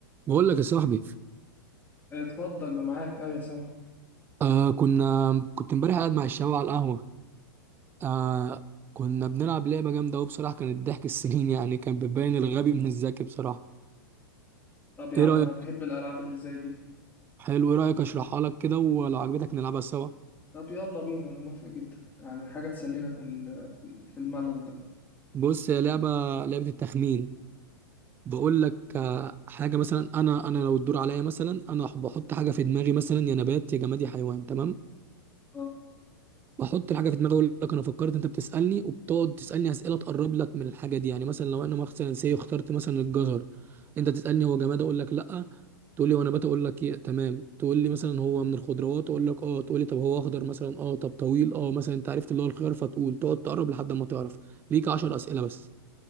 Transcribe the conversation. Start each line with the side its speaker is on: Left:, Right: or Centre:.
Right: بقول لك يا صاحبي
Left: اتفضل اللي معاك ايوه سامع
Right: آه كنا كنت امبارح قاعد مع الشباب على القهوة آه كنا بنلعب لعبة جامدة أوي بصراحة كانت ضحك السنين <laughs> يعني كان بتبين الغبي من الذكي بصراحة
Left: طب يا
Right: إيه
Left: عم
Right: رأيك
Left: انا بحب الالعاب اللي زي دي
Right: حلو إيه رأيك أشرحها لك كده ولو عجبتك نلعبها سوا
Left: طب يلا بينا انا موافق جدا يعني حاجه تسلينا في ال- في ال- في الملل ده
Right: بص هي لعبة لعبة التخمين بقول لك آه حاجة مثلا أنا أنا لو الدور عليا مثلا أنا بحط حاجة في دماغي مثلا يا نبات يا جماد يا حيوان تمام
Left: اه
Right: بحط الحاجه في دماغي اقول لك انا فكرت انت بتسالني وبتقعد تسالني اسئله تقرب لك من الحاجه دي يعني مثلا لو انا مثلا سي اخترت مثلا الجزر انت تسالني هو جماد اقول لك لا تقول لي هو نبات اقول لك إيه؟ تمام تقول لي مثلا هو من الخضروات اقول لك اه تقول لي طب هو اخضر مثلا اه طب طويل اه مثلا انت عرفت اللي هو الخيار فتقول تقعد تقرب لحد ما تعرف ليك 10 اسئله بس